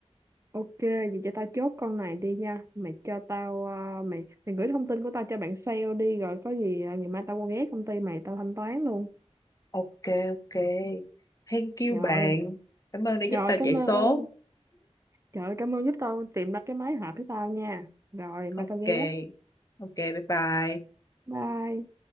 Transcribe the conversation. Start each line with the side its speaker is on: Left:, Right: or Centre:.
Right: ok, vậy cho tao chốt con này đi nha. Mày cho tao ờ, mày mày gửi thông tin của tao cho bạn sale đi rồi có gì ờ, ngày mai tao qua ghé công ty mày tao thanh toán luôn.
Left: ok ok thank you
Right: Rồi,
Left: bạn cảm ơn đã
Right: rồi
Left: giúp tao
Right: cảm
Left: chạy số
Right: ơn. Trời ơi, cảm ơn giúp tao tìm ra cái máy hợp với tao nha. Rồi, mai
Left: ok
Right: tao ghé.
Left: ok bye bye
Right: Bye.